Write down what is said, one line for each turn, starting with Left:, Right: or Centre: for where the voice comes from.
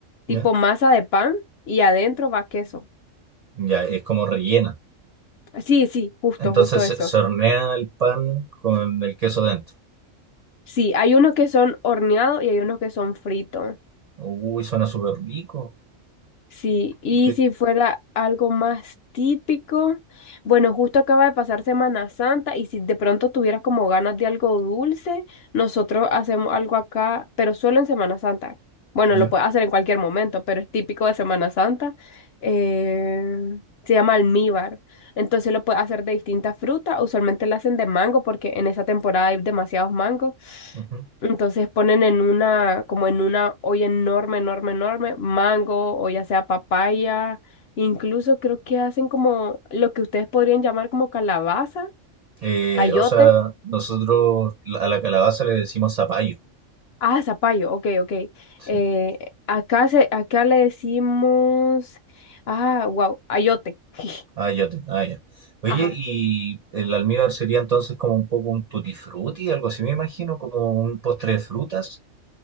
Left: tipo
Right: ¿ya?
Left: masa de pan, y adentro va queso.
Right: Ya, es como rellena.
Left: Sí, sí, justo,
Right: Entonces
Left: justo
Right: se
Left: eso.
Right: se hornea el pan con el queso dentro.
Left: Sí, hay unos que son horneados y hay unos que son fritos.
Right: Uy, suena súper rico.
Left: Sí, y
Right: ¿Qué- qué?
Left: si fuera algo más típico, bueno, justo acaba de pasar Semana Santa y si de pronto tuvieras como ganas de algo dulce, nosotros hacemos algo acá, pero solo en Semana Santa. Bueno, lo
Right: Ya,
Left: puedes hacer en cualquier momento, pero es típico de Semana Santa. Eh, se llama almíbar. Entonces lo puedes hacer de distintas frutas. Usualmente lo hacen de mango porque en esa temporada hay demasiados mangos.
Right: ujú.
Left: Entonces ponen en una, como en una olla enorme, enorme, enorme, mango o ya sea papaya, incluso creo que hacen como lo que ustedes podrían llamar como calabaza,
Right: Eh,
Left: ayote.
Right: o sea, nosotros la- a la calabaza le decimos zapallo.
Left: Ah, zapallo, ok, ok.
Right: Sí.
Left: Eh, acá, se, acá le decimos, ah, wow, ayote. <laughs>
Right: Ayote, ah, ya. Oye,
Left: Ajá,
Right: y el almíbar sería entonces como un poco un tutti frutti, algo así me imagino, como un postre de frutas.